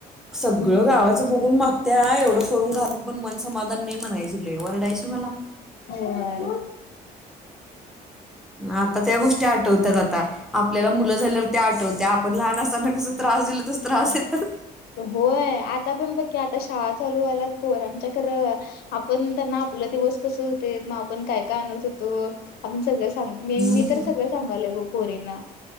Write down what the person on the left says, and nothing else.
हम्म.
हो आहे.
होय आता पण बघकी आता शाळा चालू व्हायल्यात पोरांच्या तर आपण त्यांना आपला दिवस कस होते मग आपण काय. आणत होतो. आमचं सगळ्याच. मी
मी तर सगळं सांभाळलं बघ. पोरींना.